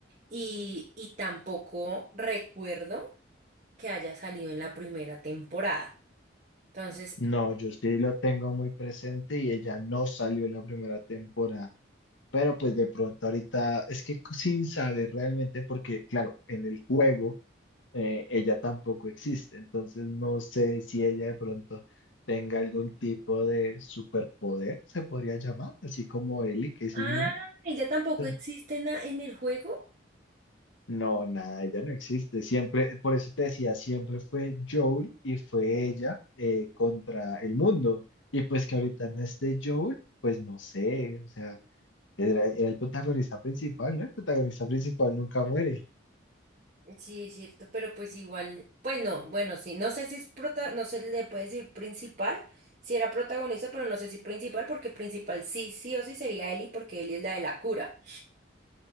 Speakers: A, on the right; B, on the left.
A: y, y tampoco recuerdo que haya salido en la primera temporada. Entonces,
B: No, yo sí lo tengo muy presente y ella no salió en la primera temporada. Pero pues de pronto ahorita, es que sin saber realmente, porque claro, en el juego. eh, ella tampoco existe. Entonces no sé si ella de pronto tenga algún tipo de superpoder, se podría llamar, así como Ellie, que es
A: ah,
B: inmune.
A: ella tampoco
B: Eh,
A: existe en la- en el juego.
B: No, nada, ella no existe. Siempre, por eso te decía, siempre fue Joel y fue ella eh, contra el mundo. Y pues que ahorita no esté Joel, pues no sé, o sea, era, era el protagonista principal, ¿no? El protagonista principal nunca muere.
A: Sí, es cierto, pero pues igual, pues no, bueno, sí, no sé si es prota, no se le puede decir principal, si era protagonista, pero no sé si principal, porque principal sí, sí o sí sería Ellie, porque Ellie es la de la cura.